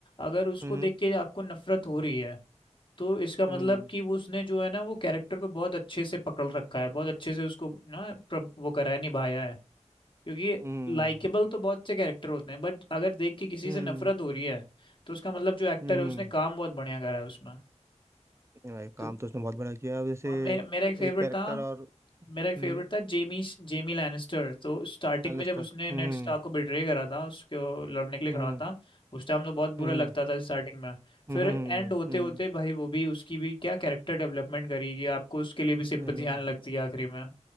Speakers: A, on the left; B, on the right.
A: अगर उसको
B: हम्म
A: देख के आपको नफरत हो रही है तो इसका मतलब
B: हम्म
A: कि वो उसने जो है ना वो कैरेक्टर को बहुत अच्छे से पकड़ रखा है बहुत अच्छे से उसको ना प्र- वो करा है निभाया है क्योंकि
B: हम्म
A: लाइकेबल तो बहुत से कैरेक्टर होते हैं बट अगर देख के किसी
B: हम्म
A: से नफरत हो रही है तो उसका मतलब जो एक्टर
B: हम्म।
A: है उसने काम बहुत बढ़िया करा है उसमें
B: नहीं भाई काम
A: तो
B: तो उसने बहुत बड़ा किया अब जैसे
A: और मेरा मेरा एक फेवरेट
B: एक कैरेक्टर
A: था
B: और
A: मेरा एक फेवरेट
B: हम्म
A: था जेमी जेमी लैनिस्टर तो स्टार्टिंग
B: लैनिस्टर
A: में जब उसने नेड
B: हम्म
A: स्टार्क को बिट्रे करा था उसको लड़ने के लिए
B: हम्म
A: खड़ा था उस टाइम तो बहुत
B: हम्म
A: बुरा लगता था स्टार्टिंग में
B: हम्म
A: फिर
B: हम्म
A: एंड होते
B: हम्म
A: होते
B: हम्म।
A: भाई वो भी उसकी भी क्या कैरेक्टर डेवलपमेंट करी कि आपको उसके लिए भी सिंपथी
B: नहीं नहीं यार
A: आने लगती है आखिरी में